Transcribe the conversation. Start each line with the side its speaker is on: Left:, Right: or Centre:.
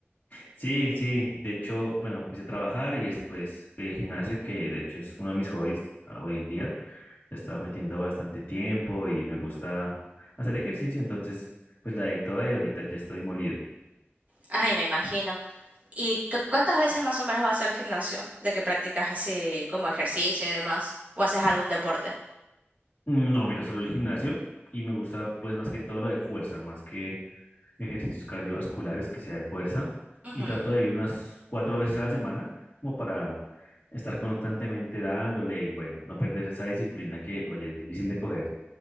Left: Sí, sí, de hecho, bueno, puse a trabajar y después el gimnasio, que de hecho es uno de mis hobbies ah, hoy en día, le estaba metiendo bastante tiempo y me gusta hacer ejercicio, entonces pues la di toda y ahorita ya estoy molido.
Right: Ay, me imagino. ¿Y cu- cuántas veces más o menos vas al gimnasio? ¿De que practicas así como ejercicio y demás? ¿O haces algún deporte?
Left: No, miro solo el gimnasio y me gusta pues más que todo lo de fuerza, más que ejercicios cardiovasculares que sea de fuerza
Right: Ujú.
Left: y trato de ir unas cuatro veces a la semana como para estar constantemente dándole y bueno, no perder esa disciplina que, oye, es difícil de coger.